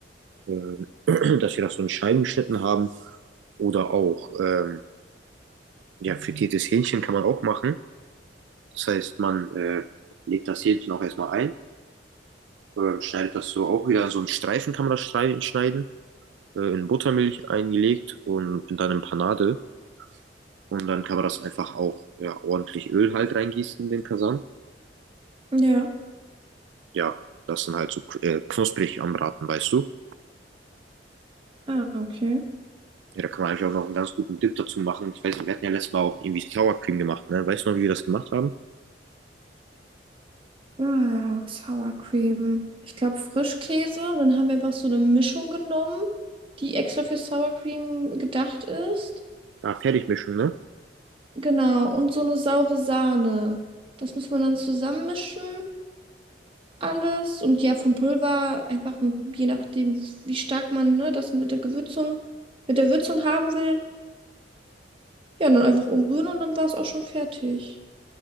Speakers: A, on the right; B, on the right.
A: ähm, <clears throat> dass wir das so in Scheiben geschnitten haben. Oder auch ähm, ja, frittiertes Hähnchen kann man auch machen. Das heißt, man äh, legt das Hähnchen auch erstmal ein, ähm, schneidet das so auch wieder so in Streifen kann man das schrei- schneiden, äh, in Buttermilch eingelegt und in dann in Panade. Und dann kann man das einfach auch ja, ordentlich Öl halt reingießen in den Kasan.
B: Ja.
A: Ja, das dann halt so kr- äh, knusprig anbraten, weißt du?
B: Ah, okay.
A: Ja, da kann man eigentlich auch noch einen ganz guten Dip dazu machen. Ich weiß nicht, wir hatten ja letztes Mal auch irgendwie Sour Cream gemacht, ne? Weißt du noch, wie wir das gemacht haben?
B: Ah, Sour Cream. Ich glaube Frischkäse. Dann haben wir einfach so eine Mischung genommen, die extra für Sour Cream gedacht ist.
A: Ah, Fertigmischung, ne?
B: Genau, und so eine saure Sahne. Das muss man dann zusammenmischen, alles. Und ja, vom Pulver einfach, je nachdem, wie stark man, ne, das mit der Gewürzung, mit der Würzung haben will. Ja, und dann einfach umrühren und dann war es auch schon fertig.